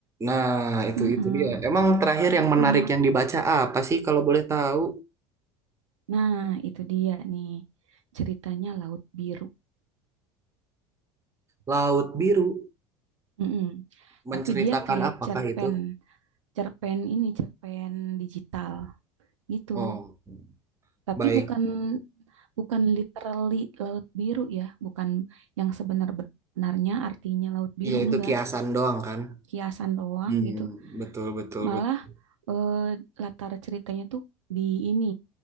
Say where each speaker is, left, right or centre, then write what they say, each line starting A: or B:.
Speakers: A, on the right; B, on the right.
A: nah itu
B: Heeh,
A: itu dia emang terakhir yang menarik
B: heeh.
A: yang dibaca apa sih kalau boleh tahu
B: Nah, itu dia nih ceritanya Laut Biru.
A: Laut Biru
B: Heeh.
A: Menceritakan
B: Tapi dia kayak
A: apakah
B: cerpen,
A: itu?
B: cerpen ini cerpen digital gitu.
A: Oh,
B: Tapi
A: baik.
B: bukan bukan literally Laut Biru ya, bukan yang sebenar-benarnya artinya Laut Biru
A: Iya, itu
B: enggak.
A: kiasan doang kan?
B: Kiasan doang
A: Hmm,
B: gitu.
A: betul, betul,
B: Malah
A: betul.
B: eh, latar ceritanya tuh di ini,